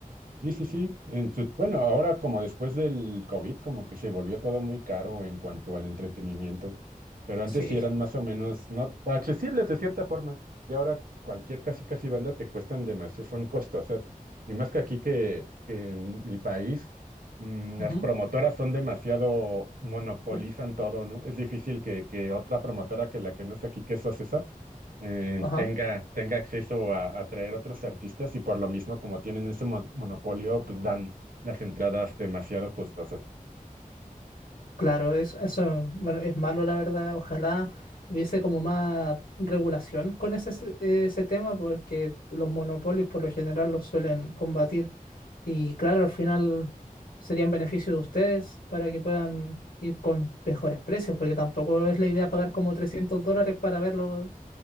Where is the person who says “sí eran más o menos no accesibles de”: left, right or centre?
Right